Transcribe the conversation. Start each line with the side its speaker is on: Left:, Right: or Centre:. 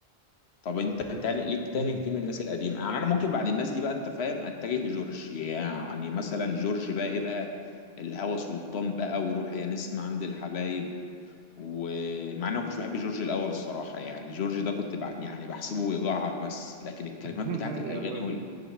Left: طب انت
Right: و...
Left: تاني ليك تاني
Right: مم.
Left: فين من الناس القديمه يعني انا ممكن بعد الناس دي بقى انت فاهم اتجه لجورج يعني مثلا جورج بقى ايه بقى الهوى سلطان بقى وروح يا نسمة عند الحبايب ومع اني ما كنتش بحب جورج الاول الصراحه يعني جورج ده كنت بع... يعني بحسبه بيجعر بس لكن الكلمات
Right: <laughs>
Left: بتاعت الاغاني
Right: يا راجل
Left: وال...